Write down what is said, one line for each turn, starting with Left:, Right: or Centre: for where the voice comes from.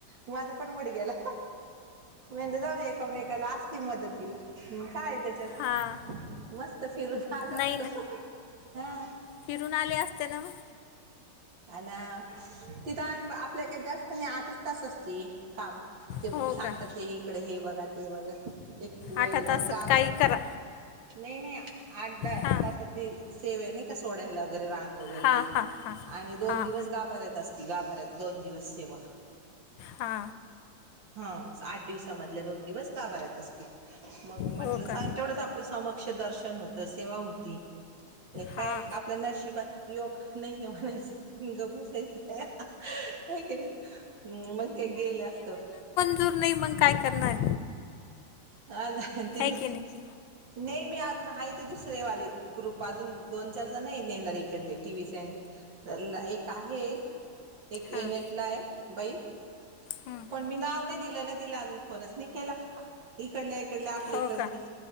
Right: माझा पण मुड गेला. ते म्हणले जाऊदे एकामेकाला असती मदतीला उन काय तेज्या चेत
Left: हां
Right: मस्त फिरून आलो
Left: नाही
Right: असतो
Left: ना
Right: हां
Left: फिरून आले असते ना मग
Right: आना. तिथं आण आपल्या काही जास्त नाही आठच तास असती काम ते
Left: हो
Right: सांगतात
Left: का
Right: ते इकडे हे बघा ते बघा एक वेळ
Left: आठ
Right: आणि
Left: तासात
Right: गाभाराय
Left: काही करा
Right: नाही नाही आठ द
Left: हां
Right: तास त सेव आहे नाही का सोडायला वगैरे रांग वगेरे
Left: हां हां हां
Right: आणि दोन
Left: हां
Right: दिवस गाभाऱ्यात असती गाभऱ्यात दोन दिवस सेवा
Left: हा
Right: हा आठ दिवसामधले दोन दिवस गाभार्‍यात असतील मग म्हंटलं
Left: हो का
Right: सांग तेवढंच आपल समक्ष दर्शन होतं सेवा होती ते
Left: हां
Right: काय ना नशीबात योग नाही म्हणायच आणि गप्प बसायचं नाही क नाही् मग काही गेले असत
Left: तूब नाही मग काय करणार?
Right: हा का ते
Left: आहे की नाही
Right: नाही मी अजून आहे ते दुसरे वाले ग्रुप अजून दोन- चारजण नेणारे इकडले टी व्ही सेंटरला एक आहे एक. एक एनेटलाय.
Left: हां
Right: बाई,
Left: हं.
Right: पण मी नाव नाही दिलं ना तिला अजून फोनच नाही केला. इकडल्या -इकडल्या आपल्या
Left: हो
Right: इकडचे.
Left: का